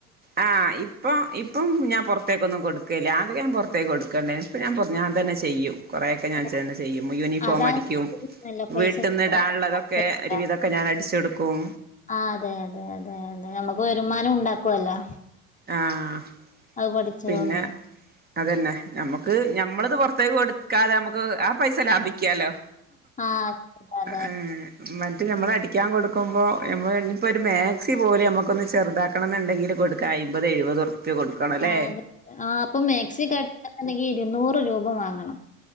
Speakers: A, on the right; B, on the left.
A: ആഹ് ഇ ഇപ്പം ഇപ്പം ഞാൻ പുറത്തേക്കൊന്നും കൊടുക്കല്ല്യ അദ്യ ഞാൻ പുറത്തേക്ക് കൊടുക്കണ്ടേനി ഇപ്പൊ ഞാൻ തന്നെ ചെയ്യും കുറേ ഒക്കെ ഞാൻ
B: ഓ
A: തന്നെ ചെയ്യും യൂണിഫോം
B: അതാവുമ്പോ
A: അടിക്കും.
B: കിട്ടുമല്ലോ പൈസ
A: വീട്ടിന്ന്
B: സമ്പാദിക്കാ.
A: ഇടാനുള്ളതൊക്കെ ഒരുവിതൊക്കെ ഞാൻ അടിച്ച് കൊടുക്കും
B: ആ അതെ അതെ അതെ അതെ നമുക്ക് വരുമാനം ഉണ്ടാക്കുവല്ലോ
A: ആഹ്
B: അത് പഠിച്ചതൊണ്ട്
A: പിന്നെ അതന്നെ നമ്മുക്ക് ഞമ്മളത് പൊറത്തേക്ക് കൊടുക്കാതെ നമുക്ക് ആ പൈസ ലാഭിക്കാലോ
B: ആ അതെ അതെ
A: ഏ മറ്റെ നമ്മള് അടിക്കാൻ കൊടുക്കുമ്പോ നമ്മള് ഇനി ഇപ്പോ ഒരു മാക്സി പോലും നമ്മുക്കൊന്ന് ചെറുതാ ക്കണം ഉണ്ടെങ്കില് കൊടുക്ക അയ്മ്പത് എഴുപതുർപ്യ കൊടുക്കണംല്ലേ
B: ആ അതെ ആ ഇപ്പൊ മാക്സി ഒക്കെ അടിക്കണം ഉണെങ്കി ഇരുന്നൂറ് രൂപ വാങ്ങണം